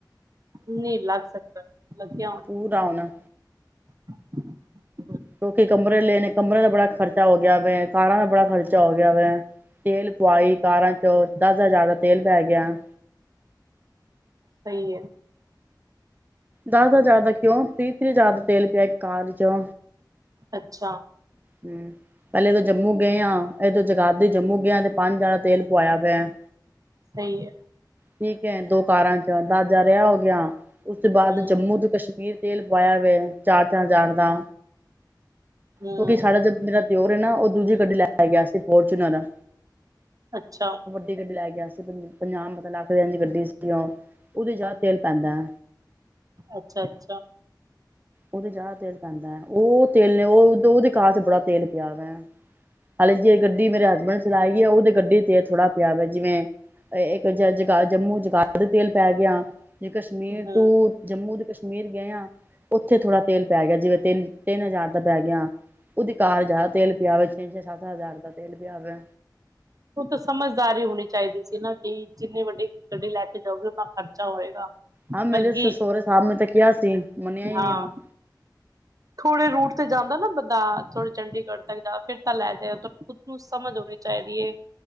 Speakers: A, on the right (about 50°); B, on the right (about 25°).
A: ਨਹੀਂ ਲਗ ਸਕਦਾ, ਲੱਗਿਆ ਹੋਣਾ।
B: ਪੂਰਾ ਆਉਣਾ।
A: <inaudible>
B: ਕਿਉਕਿ ਕਮਰੇ ਲੈਣੇ। ਕਮਰਿਆਂ ਦਾ ਬੜਾ ਖਰਚਾ ਹੋ ਗਿਆ ਵੇ। ਕਾਰਾਂ ਦਾ ਬੜਾ ਖਰਚਾ ਹੋ ਗਿਆ ਵੇ। ਤੇਲ ਪੁਆਈ ਕਾਰਾਂ ਚੋਂ ਦਸ ਹਜ਼ਾਰ ਦਾ ਤੇਲ ਪੈ ਗਿਆ।
A: ਸਹੀ ਏ।
B: ਦਸ ਹਜਾਰ ਦਾ ਕਿਉ? ਤੀਹ-ਤੀਹ ਹਜਾਰ ਦਾ ਤੇਲ ਪਿਆ ਇੱਕ ਕਾਰ 'ਚ।
A: ਅੱਛਾ।
B: ਹੂੰ ਪਹਿਲੇ ਤਾਂ ਜੰਮੂ ਗਏ ਆ। ਇਹ ਤੋਂ ਜਗਾਤਦੀ ਜੰਮੂ ਗਏ ਐ ਤੇ ਪੰਜ ਹਜਾਰ ਦਾ ਤੇਲ ਪਇਆ ਪਿਆ।
A: ਸਹੀ ਏ।
B: ਠੀਕ ਏ। ਦੋ ਕਾਰਾਂ 'ਚ ਦਸ ਹਜਾਰ ਇਹ ਹੋ ਗਿਆ। ਉਸ ਤੋਂ ਬਾਅਦ
A: ਹੂੰ
B: ਜੰਮੂ ਤੋਂ ਕਸ਼ਮੀਰ ਤੇਲ ਪਵਾਇਆ ਹੋਇਆ ਚਾਰ-ਚਾਰ ਹਜ਼ਾਰ ਦਾ।
A: ਹੂੰ
B: ਕਿਉਕਿ ਸਾਡਾ ਜੋ ਮੇਰਾ ਦਿਓਰ ਨਾ ਉਹ ਦੂਜੀ ਗੱਡੀ ਲੈ ਗਿਆ ਸੀ ਫੋਰਚੂਨਰ।
A: ਅੱਛਾ।
B: ਦੀ ਗੱਡੀ ਲੈ ਗਿਆ ਸੀ ਪੰਜਾਹ ਮਤਲਬ ਲੱਖ ਦੇ ਦੀ ਗੱਡੀ ਸੀ। ਉਹ, ਉਹਦੇ 'ਚ ਆਹ ਤੇਲ ਪੈਦਾ।
A: ਅੱਛਾ ਅੱਛਾ।
B: ਉਹ ਤੇ ਜ਼ਿਆਦਾ ਤੇਲ ਪੈਂਦਾ ਏ। ਉਹ ਤੇਲ ਨੇ ਉਹ ਉਹਦੇ ਕਾਰ ਚ ਬੜਾ ਤੇਲ ਪਿਆ ਵਾ। ਹਾਲੇ ਜੇ ਗੱਡੀ ਮੇਰੇ ਹਸਬੈਂਡ ਚਲਾਈ ਗਈ। ਉਹਦੇ ਗੱਡੀ ਤੇ ਥੋੜ੍ਹਾ ਪਿਆ ਵ ਜਿਵੇਂ ਇੱਕ ਜਗਾ ਜੰਮੂ ਜਗਾ ਦੇ ਤੇਲ ਪੈ ਗਿਆ। ਜੇ ਕਸ਼ਮੀਰ
A: ਹੂੰ
B: ਟੂ ਜੰਮੂ ਤੋਂ ਕਸ਼ਮੀਰ ਗਏ ਆ। ਉੱਥੇ ਥੋੜ੍ਹਾ ਤੇਲ ਪੈ ਗਿਆ। ਜਿਵੇਂ ਤਿੰਨ-ਤਿੰਨ ਹਜ਼ਾਰ ਦਾ ਪੈ ਗਿਆ। ਉਹਦੀ ਕਾਰ ਜਿਆਦਾ ਤੇਲ ਪਿਆ ਵੇ। ਛੇ-ਛੇ, ਸੱਤ-ਸੱਤ ਹਜ਼ਾਰ ਦਾ ਤੇਲ ਪਿਆ ਵੇ।
A: ਉਹ ਤੇ ਸਮਝਦਾਰੀ ਹੀ ਹੋਣੀ ਚਾਹੀਦੀ ਸੀ ਨਾ ਕਿ ਜਿੰਨੀ ਵੱਡੀ ਗੱਡੀ ਲੈ ਕੇ ਜਾਓਗੇ ਓਨਾ ਖਰਚਾ ਹੋਏਗਾ।
B: ਹਾਂ ਮੇਰੇ
A: ਬਲਕਿ
B: ਸੁਸਹੁਰੇ ਸਾਹਿਬ ਨੇ ਤੇ ਕਿਹਾ ਸੀ। ਮੰਨਿਆ ਹੀ
A: ਹਾਂ
B: ਨਹੀਂ ਉਹ।
A: ਥੋੜੇ ਰੂਟ ਤੇ ਜਾਂਦਾ ਨਾ ਬੰਦਾ ਥੋੜੇ ਚੰਡੀ- ਗੜ ਤੱਕ ਜਾਵੇ। ਫਿਰ ਤੇ ਲੈਜੇ ਆ ਤੁਹਾਨੂੰ ਖੁਦ ਨੂੰ ਸਮਝ ਹੋਣੀ ਚਾਹੀਦੀ ਐ।